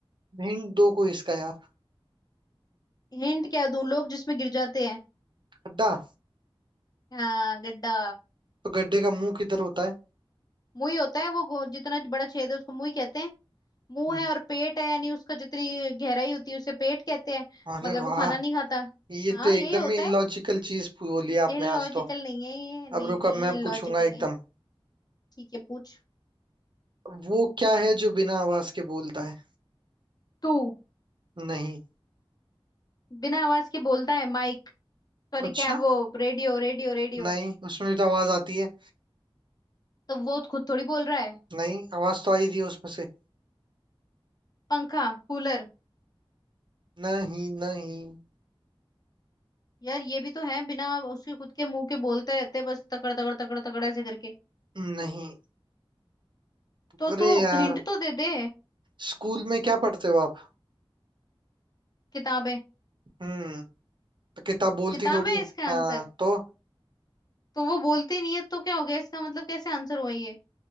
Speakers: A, on the right; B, on the left.
A: हिंट दो कोई इसका यार
B: हिंट क्या दूं लोग जिसमें गिर जाते हैं
A: गड्ढा
B: हाँ गड्ढा
A: तो गड्ढे का मुंह किधर होता है
B: मुंह ही होता है वो गो- जितना बड़ा छेद है उसको मुंह ही कहते हैं मुंह
A: हम्म,
B: है और पेट है यानी उसका जितनी गहराई होती है उसे पेट कहते हैं
A: अरे
B: मगर
A: वाह
B: वो खाना नहीं खाता
A: ये
B: हाँ
A: तो एकदम
B: यही होता
A: ही
B: है
A: इलॉजिकल चीज बोली आपने
B: इलॉजिकल
A: आज तो
B: नहीं है ये नहीं
A: अब रुको
B: नहीं
A: अब मैं
B: इलॉजिकल
A: पूछूंगा एकदम
B: नहीं है। ठीक है पूछ
A: वो क्या है जो बिना आवाज के बोलता है
B: तू
A: नहीं
B: बिना आवाज के बोलता है माइक सॉरी
A: अच्छा
B: क्या है वो Radio radio radio
A: नहीं उसमें भी तो आवाज आती है
B: तो वो खुद थोड़ी बोल रहा है
A: नहीं आवाज तो आई थी उसमें से
B: पंखा कूलर
A: नहीं नहीं
B: यार ये भी तो है बिना उसके खुद के मुंह के बोलते रहते हैं बस तकड़ तकड़ तकड़ तकड़ ऐसे करके
A: नहीं
B: तो
A: अरे
B: तू
A: यार
B: हिंट तो दे दे
A: स्कूल में क्या पढ़ते हो आप
B: किताबें
A: हम्म तो किताब बोलती
B: किताबें
A: थोड़ी
B: है
A: है
B: इसका आंसर
A: हाँ तो
B: तो वो बोलती नहीं है तो क्या हो गया इसका मतलब कैसे आंसर हुआ ये